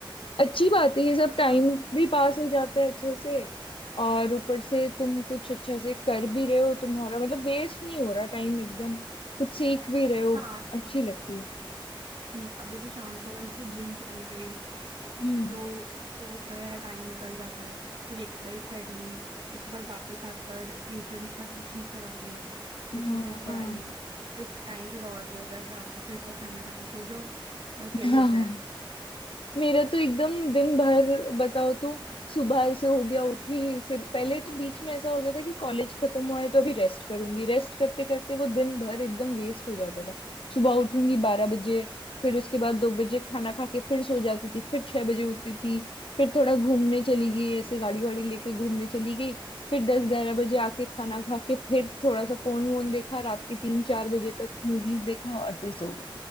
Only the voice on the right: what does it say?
हाँ
हाँ शाम-
हम्म, अब जैसे शाम को मैं जैसे जिम चली गई
तो तो उसमें मेरा टाइम निकल जाता है थोड़ी एक्सरसाइज कर ली उसके बाद वापस आकर ट्यूशंस मैं ट्यूशंस पढ़ाती हूँ तो
ट्यूशंस पढ़ा
ली तो इससे टाइम थोड़ा और वो हो गया अब रात को फिर उसका खाना खा के सो जाओ बस यही
होता
है